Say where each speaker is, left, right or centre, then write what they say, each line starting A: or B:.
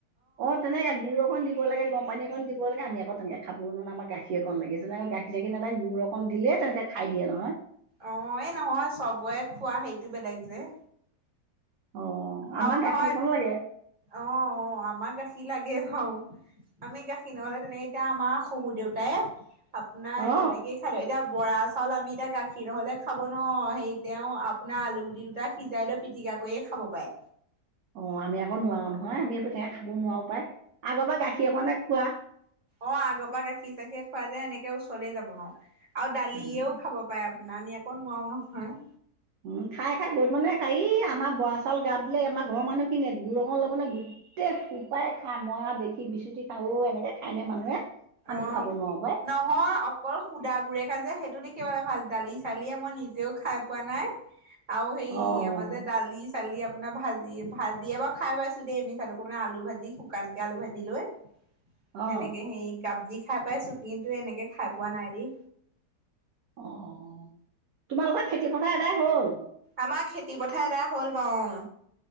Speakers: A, on the right; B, on the right.
A: অ' তেনেকে গুৰ অকণ দিব লাগে, গম পানী অকণ দিব লাগে, আমি আকৌ তেনেকে খাব‌ও নোৱাৰো, আমাক গাখীৰ অকণ লাগে। এইজনে আক গাখীৰ চাখিৰ নেলাগে গুৰ অকণ দিলে তেনেকে খাই দিয়ে নহয়।
B: অ', এই নহয় চবৰে খোৱা সেইটো বেলেগ যে।
A: অ আমাক
B: আৰু নহয়,
A: গাখীৰকণ লাগে
B: অ' অ' আমাক গাখীৰ লাগে বাও। আমি গাখীৰ নহলে তেনেকে, এতিয়া আমাৰ শহু দেউতাই, আপোনাৰ
A: অ
B: তেনেকেই খাই দিওঁ। এতিয়া বৰা চাউল আমি এতিয়া গাখীৰ নহ'লে খাব নোৱাওঁ। হেৰি তেওঁ আপোনাৰ আলুগুটি দুটা সিজাই লৈ পিটিকা কৰিয়ে খাব পাৰে।
A: অ' আমি আকৌ নোৱাৰো নহয়, আমি আক তেনেকে খাবও নোৱাৰো পাই। আগৰ পা গাখীৰ অকণে খোৱা।
B: অ' আগৰ পা গাখীৰ চাখিয়ে খুৱা যে, এনেকে ওচৰলে যাব নোৱাওঁ। আৰু দালিয়েও
A: উম।
B: খাব পাৰে আপোনাৰ, আমি আক নোৱাৰোঁ নহয়।
A: উম' খাই, খাই বহুত মানুহে খাই। ই আমাৰ বৰা চাউল গাওঁত দিলে আমাৰ ঘৰৰ মানুহখিনিয়ে গুৰ অকণ ল'ব গোটেই সোপাই খাই, মই আৰু দেখি বিচুতি খাওঁ, অ' এনেকে খাইনে মানুহে। আমি
B: অ'
A: খাব নোৱাৰো পাই
B: ন অ' অকল সুদা গুৰেহে যে, সেইটো দেখিবলে ভাল, দালি চালিয়ে মই নিজেও খাই পোৱা নাই। আৰু সেই
A: অ'
B: আমাৰ যে দালি। দালি আপোনাৰ ভাজি, ভাজিয়ে বাও খাই পাইছো দেই, মিচাটো কব নোৱাওঁ। আলু ভাজি শুকানকে আলু ভাজি লৈ।
A: অ'
B: তেনেকে সেই গাবদি খাই পাইছো কিন্তু এনেকে খাই পোৱা নাই দেই।
A: অ', তোমাৰ লগত খেতি পথাৰ এদাই হ'ল?
B: আমাৰ খেতি পথাৰ এদাই হ'ল বাৰু অ'।